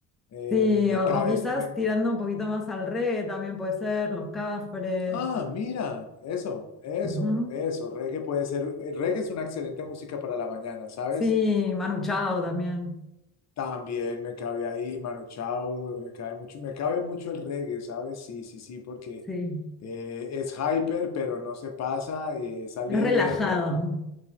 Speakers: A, on the left; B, in the centre.
A: eh,
B: Sí,
A: me
B: o,
A: cabes,
B: o quizás
A: me-
B: tirando un poquito más al reggae también puede ser, Los Cafres.
A: ah, mira, eso, eso,
B: Ujú.
A: eso, reggae puede ser, el reggae es una excelente música para la mañana, ¿sabes?
B: Sí, Manu Chao también.
A: También me cabe ahí Manu Chao, me cabe mucho, me cabe mucho el reggae, ¿sabes? Sí, sí, sí, porque
B: Sí,
A: eh, es hyper, pero no se pasa, eh, es alegre,
B: es relajado.
A: pero